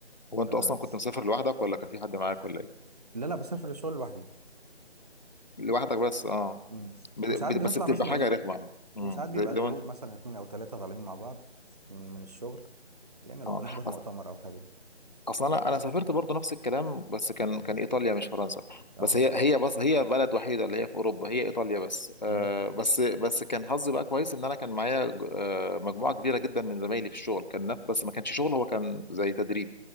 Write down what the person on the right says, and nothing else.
آه
لا لا بسافر الشغل لوحدي
مم.
وساعات
بنطلع
مثلا
وساعات
بيبقى
جروب
مثلا اتنين أو تلاتة طالعين مع بعض من, من الشغل يعني لو
بنحضر مؤتمر
أو حاجة
اه
مم.